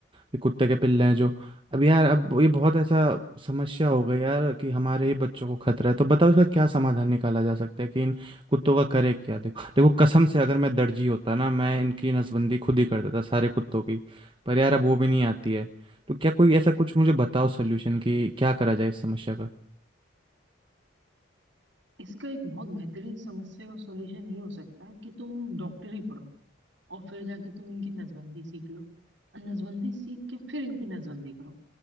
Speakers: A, on the right; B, on the right.
A: ये कुत्ते के पिल्ले हैं जो अब यार अब ये बहुत ऐसा समस्या हो गई यार कि हमारे ही बच्चों को खतरा है तो बताओ इसका क्या समाधान निकाला जा सकता है कि इन कुत्तों का करे क्या देखो देखो कसम से अगर मैं दर्जी होता ना मैं इनकी नसबंदी खुद ही कर देता सारे कुत्तों की पर यार अब वो भी नहीं आती है तो क्या कोई ऐसा कुछ मुझे बताओ सोल्यूशन कि क्या करा जाए इस समस्या का
B: इसका एक बहुत बेहतरीन समस्या का सॉल्यूशन ये हो सकता है कि तुम डॉक्टरी पढ़ो और फिर जाके तुम इनकी नसबंदी सीख लो और नसबंदी सीख के फिर इन पे नसबंदी करो